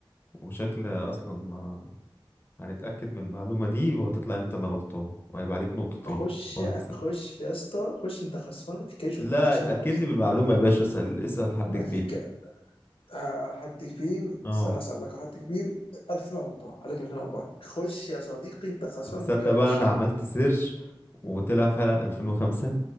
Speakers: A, on the left; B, on the left.
A: وشكل اصلا آه، هنتأكد من المعلومة دي وهتطلع انت اللي غلطان وهيبقى عليك نقطتين
B: خش
A: وهكسب
B: خش يا اسطى خش انت خسران ما تتكلمش
A: لا
B: وانت خسران
A: اتأكد
B: بعد اذنك
A: لي من المعلومة يا باشا اسأل اسأل حد
B: ما
A: كبير
B: تتك... آه، حد كبير
A: اه
B: استنى اسالك حد كبير 2004 عليك 2004 خش يا صديقي انت خسران
A: طب تصدق
B: ما تتكلمش
A: بقى انا عملت سيرش وطلع فعلا 2005